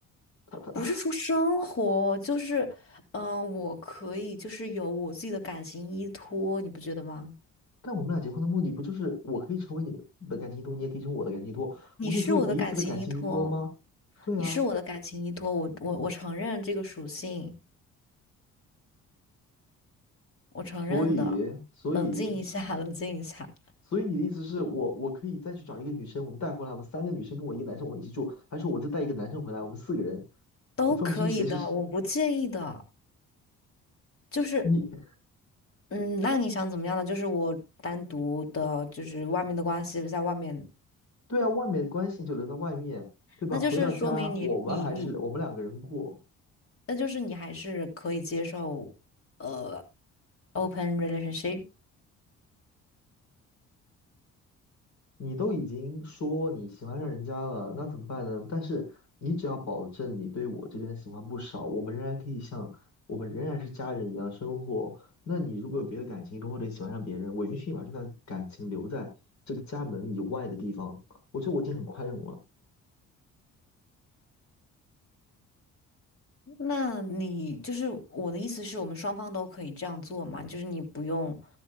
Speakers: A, on the left; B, on the left.
A: 他他，
B: 不是说生活，就是，嗯、我可以就是有我自己的感情依托，你不觉得吗？
A: 但我们俩结婚的目的不就是我可以成为你的的感情依托，你也可以成为我的感情依托，
B: 你是我的感情依托，
A: 我们可以成为彼此的感情依托吗？对啊，
B: 你是我的感情依托，我我我承认这个属性，我承认的，
A: 所以所以
B: 冷静一下，<laughs> 冷静一下，
A: 所以你的意思是我我可以再去找一个女生，我们带回来，我们三个女生跟我一个男生，我们一起住，还是我就带一个男生回来，我们四个人
B: 都可以的，
A: 也分不清谁是谁？
B: 我不介意的，就是。
A: 你
B: 嗯，那你想怎么样呢？就是我单独的，就是外面的关系，在外面
A: 对啊，外面的关系就留在外面，对吧？
B: 那就是说明你你你，
A: 回到家我们还是我们两个人过。
B: 那就是你还是可以接受呃 open relationship。
A: 你都已经说你喜欢上人家了，那怎么办呢？但是你只要保证你对我这边的喜欢不少，我们仍然可以像我们仍然是家人一样生活。那你如果有别的感情，或者你喜欢上别人，我允许你把这段感情留在这个家门以外的地方，我觉得我已经很宽容了。
B: 那你就是我的意思是我们双方都可以这样做嘛？就是你不用，